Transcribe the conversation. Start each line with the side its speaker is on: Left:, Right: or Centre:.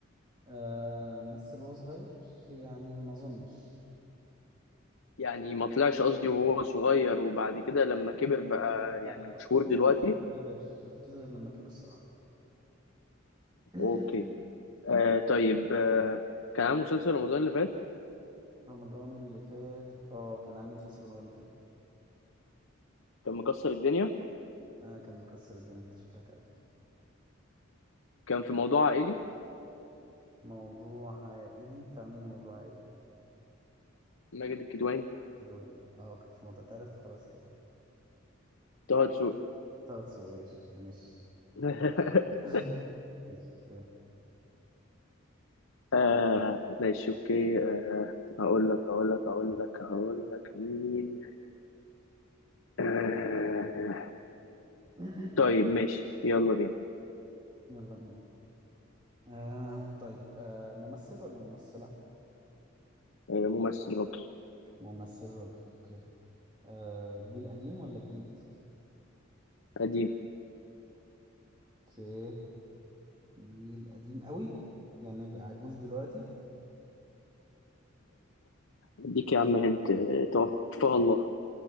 Right: آه مثل وهو صغير يعني ما أظنش
Left: يعني ما طلعش قصدي وهو صغير وبعد كده لما كبر بقى
Right: لا
Left: يعني
Right: أنا
Left: مشهور
Right: ما شفتوش
Left: دلوقتي
Right: غير لما كبر ما شفتوش غير لما كبر صراحة <coughs>
Left: اوكي آه. طيب آه. كان عامل مسلسل رمضان اللي فات
Right: <clears throat> رمضان اللي فات اه كان عامل مسلسل رمضان اللي فات
Left: كان مكسر الدنيا
Right: أنا كان مكسر الدنيا أنت شكلك عرفته
Left: كان في موضوع عائلي
Right: موضوع عائلي بتاع مين موضوع عائلي
Left: ماجد الكدواني
Right: كده يعني اه كان في موضوع أنت عرفت خلاص كده
Left: طه دسوقي
Right: ثلاث سويش ماشي
Left: <laughs>
Right: <coughs> <laughs> ماشي يلا
Left: آه ماشي اوكي آه هقول لك هقول لك هقول لك هقول لك مين آه
Right: <clears throat>
Left: طيب ماشي يلا بينا
Right: يلا بينا آه طيب آه ممثل ولا ممثلة؟
Left: آه ممثل راجل
Right: ممثل راجل اوكي آه جيل قديم ولا جديد
Left: قديم
Right: اوكي جيل قديم قوي يعني يبقى عجوز دلوقتي
Left: اديك يا عم هنت آه، توفاه الله